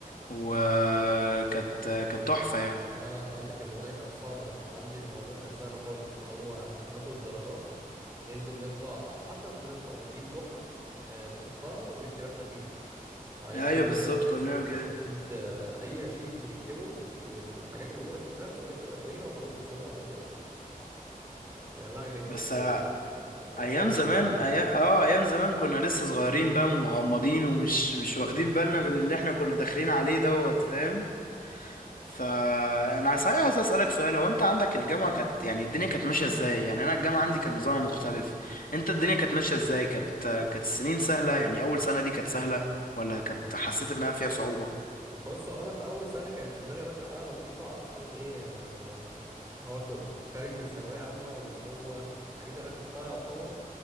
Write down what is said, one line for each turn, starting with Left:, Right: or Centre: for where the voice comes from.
Left: وكانت كانت تحفة يعني
Right: لا لا انت عندك المواضيع كانت صعبة انا كان عندي الموضوع كان سهل خالص اللي هو عشان ناخد الدرجات ننزل نطبع حتى مش بنطبع بنجيب لوحة آه، نسطرها ونكتب احنا فيها يعني
Left: ايوه
Right: نكتب مثلا
Left: بالظبط كنا
Right: اس
Left: بنعمل
Right: النشيد
Left: كده
Right: آه، اي نشيد بنكتبه في- من الحاجات الموجودة في الدرس ونكتب اسامينا وخلاص ونسلم على كده يعني لا دي كانت
Left: بس آه،
Right: آه، كانت
Left: ايام
Right: وقت
Left: زمان
Right: جميل
Left: أي...
Right: اهو
Left: اه ايام زمان كنا لسه صغيرين بقى ومغمضين ومش مش واخدين بالنا من اللي احنا كنا داخلين عليه دوت فاهم فانا صحيح عايز اسالك سؤال هو انت عندك الجامعه كانت يعني الدنيا كانت ماشيه ازاي يعني انا الجامعه عندي كان نظام مختلف انت الدنيا كانت ماشيه ازاي كانت كانت السنين سهله يعني اول سنه دي كانت سهله ولا كانت حسيت انها فيها صعوبه
Right: بص هو انا في اول سنة كانت الدنيا ماشية معايا لطيفة علشان ايه آه، هو ك- كنت خارج من ثانوية عامة واللي هو الحاجات اللي أنا خدتها يعتبر